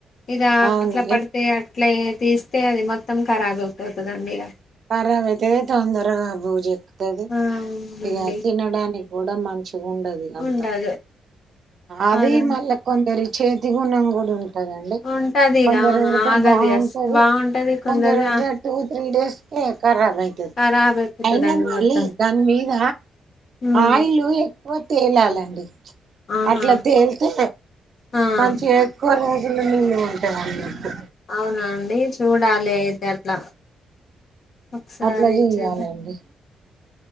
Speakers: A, on the left; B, on the right.
A: ఇద
B: అవును
A: అట్లా పడితే అ ఇట్లా తీస్తే అది మొత్తం ఖరాబ్ అయిపోతుందండి ఇగ
B: పరవతే తొందరగ బుజు తదు
A: ఆ అవునండి
B: ఇగ తినడానికి కూడా మంచి ఉండది అంత
A: ఉండదు
B: అది
A: అదే
B: మళ్ళీ కొందరి చేతి గున్నాం కూడా ఉ ఉంటదండి
A: ఉంటది ఇక
B: కొందరుపెడితే
A: అవును ఆగది
B: బాగుంటది
A: అస్ బాగుంటది కొందరిది
B: కొందరు
A: ఆ
B: పెడ్త టు త్రీ డేస్ కేక్ ఖరాబ్ అయితది
A: ఖరాబ్ అయిపోతదండి
B: అయినా మళ్ళీ
A: మొత్తం
B: దాని మీద
A: ఉమ్
B: ఆయిల్ ఎ ఓ తేలాల అండి
A: ఆహా
B: అట్లా తేలితే
A: ఆ
B: మంచిగా ఎక్కువ రోజు ఇన మీ ఒంటర్ అయినట్టు
A: అవునా అండి చూడాలి ఇది అట్ల ఒకసారి
B: అట్లా చెయ్యాలండి
A: చేద్దా